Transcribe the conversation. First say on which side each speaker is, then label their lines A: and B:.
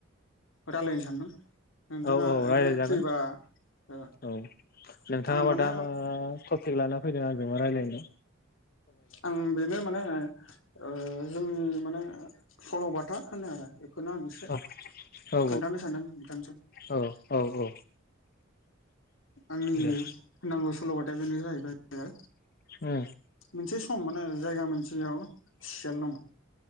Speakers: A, on the left (about 80°); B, on the left (about 50°).
A: रायलायनो सानदों। नोंथाङा
B: औ औ रायलायजागोन।
A: एसे फ्रिबा ओ
B: औ नोंथाङाबा
A: आं माने
B: दा मा टपिक लाना फैदों आंजों रायलायनो?
A: आं बेनो माने ओ जोंनि माने सल'बाथा होनो आरो बेखौनो आं एसे
B: औ औ
A: खोन्थानो सानदों बिथांनिसिम।
B: औ औ औ
A: आंनि
B: दे
A: बुंनांगौ सलबाथाया बेनो जाहैबाय।
B: ओ।
A: मोनसे सम माने जायगा मोनसेयाव सियाल दं